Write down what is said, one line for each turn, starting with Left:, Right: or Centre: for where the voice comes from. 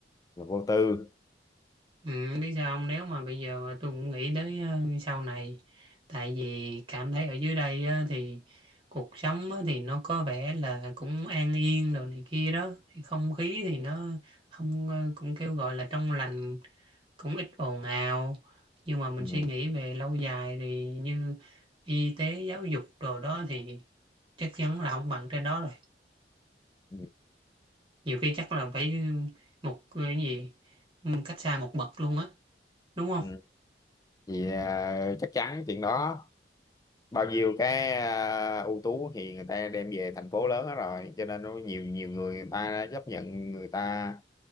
Left: là vô tư
Right: Ừ, biết sao không nếu mà bây giờ mà tôi cũng nghĩ tới ờ, sau này tại vì cảm thấy ở dưới đây á, thì cuộc sống á, thì nó có vẻ là cũng an yên đồ này kia đó thì không khí thì nó không ờ, cũng kêu gọi là trong lành cũng ít ồn ào nhưng mà mình
Left: ừ.
Right: suy nghĩ về lâu dài thì như y tế giáo dục đồ đó thì chắc chắn là không bằng trên đó rồi
Left: Ừ.
Right: nhiều khi chắc là phải một cái gì cách xa một bậc luôn á đúng không
Left: Ừ. thì à, chắc chắn chuyện đó bao nhiêu cái à, ưu tú thì người ta đem về thành phố lớn hết rồi cho nên nó nhiều nhiều người người ta chấp nhận người ta